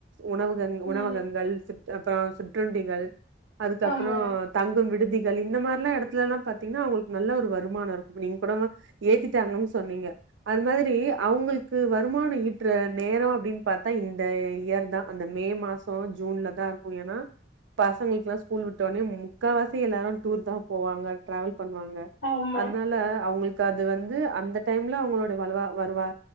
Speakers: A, on the right (about 75°); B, on the left (about 70°).
A: உணவுக உணவகங்கள்
B: ம்
A: அப்றோ சிற்றுண்டிகள் அதுக்கப்றோ
B: ஆமா
A: தங்கும் விடுதிகள் இந்த மாரிலா இடத்துல எல்லா பாத்தீங்கன்னா அவங்களுக்கு நல்ல ஒரு வருமானோ இருக்கு நீங்க கூட ஏத்திட்டாங்கன்னு சொன்னீங்க அது மாரி அவங்களுக்கு வருமானோ ஈற்ற நேரோ அப்டின்னு பாத்தா இந்த இயர் தா அந்த மே மாசோ ஜூன்ல தா இருக்கு ஏன்னா பசங்களுக்கு எல்லா ஸ்கூல் விட்டோ ஒன்னே முக்கால்வாசி எல்லாரு டூர் தா போவாங்க ட்ராவல் பண்ணுவாங்க
B: ஆமா
A: அதனால அவுங்களுக்கு அது வந்து அந்த டைம்ல அவுங்களோடைய வழ்வா வருவா